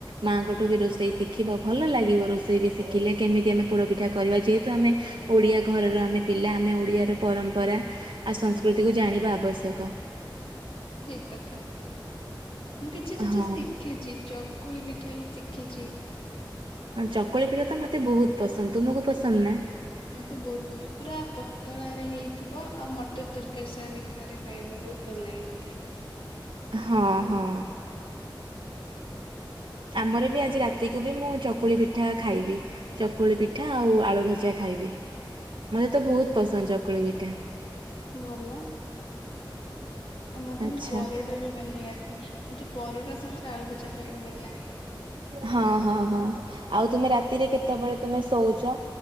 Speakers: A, on the right (about 75°); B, on the left (about 85°).
A: ମାଙ୍କଠୁ ବି ରୋଷେଇ ଶିଖିବ ଭଲ ଲାଗିବ ରୋଷେଇ ବି ଶିଖିଲେ କେମିତି ଆମେ ପୋଡ ପିଠା କରିବା ଯେହେତୁ ଆମେ ଓଡିଆ ଘରର ଆମେ ପିଲା ଆମେ ଓଡିଆର ପରମ୍ପରା ଆଉ ସଂସ୍କୃତିକୁ ଜାଣିବା ଆବଶ୍ୟକ।
B: ଠିକ କଥା। ମୁଁ କିଛି କିଛି
A: ହଁ
B: ଶିଖିଛି ଚକୁଳି ପିଠା ବି ଶିଖିଚି।
A: ହଁ ଚକୁଳି ପିଠା ତ ମତେ ବହୁତ ପସନ୍ଦ ତୁମକୁ ପସନ୍ଦ ନା?
B: ମତେ ବୋହୁତ ପସନ୍ଦ ପୁରା ପତଳା ରେ ହେଇଥିବ ଆଉ ମଟର ତରକାରୀ ସାଙ୍ଗରେ। ଖାଇବାକୁ ବହୁତ ଭଲ ଲାଗେ ମତେ।
A: ହଁ
B: ତମ
A: ହଁ। ଆମର ବି ଆଜି ରାତିକୁ ବି ମୁଁ ଚକୁଳି ପିଠା ଖାଇବି ଚକୁଳି ପିଠା ଆଉ ଆଳୁ ଭଜା ଖାଇବି ମତେ ତ ବହୁତ ପସନ୍ଦ ଚକୁଳି ପିଠା।
B: ଭଲ ଆଉ ମତେ
A: ଆଚ୍ଛା।
B: ବି ପରଟା ବି ବନେଇ ଆସେ ମତେ ପରଟା ସାଙ୍ଗରେ ଆଳୁ ଭଜା ଖାଇବାକୁ ଭଲ ଲାଗେ।
A: ହଁ ହଁ ହଁ ଆଉ ତମେ ରାତିରେ କେତେବେଳେ ତମେ ଶୋଉଚି?